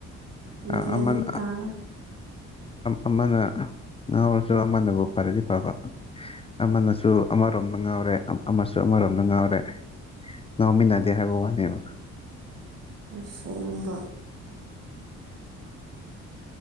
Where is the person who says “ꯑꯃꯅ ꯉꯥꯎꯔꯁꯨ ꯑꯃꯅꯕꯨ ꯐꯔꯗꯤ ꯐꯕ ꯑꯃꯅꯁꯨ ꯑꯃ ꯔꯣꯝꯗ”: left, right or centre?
Left